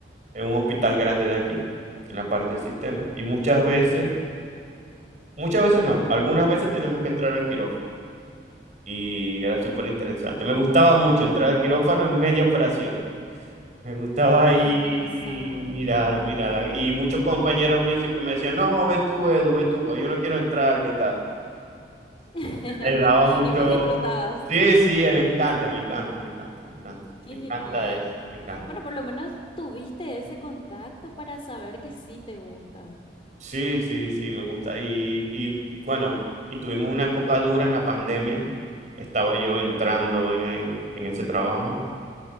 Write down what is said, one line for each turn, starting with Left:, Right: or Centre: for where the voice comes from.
Right: en un hospital grande de aquí, en la parte del sistema. Y muchas veces, muchas veces no, algunas veces tenemos que entrar al quirófano. Y era súper interesante. Me gustaba mucho entrar al quirófano en media operación. Me gustaba ahí
Left: Qué interesante.
Right: mirar, mirar. Y muchos compañeros míos siempre me decían, no, ve tú, Edu, ve tú, porque yo no quiero entrar, ¿qué tal?
Left: <laughs>
Right: Y le daba mucho...
Left: Y vos disfrutabas.
Right: Sí, sí, me encanta, me encanta, me encanta, me encanta.
Left: Qué
Right: Me encanta
Left: genial.
Right: eso, me encanta.
Left: Bueno, por lo menos tuviste ese contacto para saber que sí te gusta.
Right: Sí, sí, sí, me gusta. Y, y bueno, y tuvimos una época dura en la pandemia. Estaba yo entrando en, e- en ese trabajo.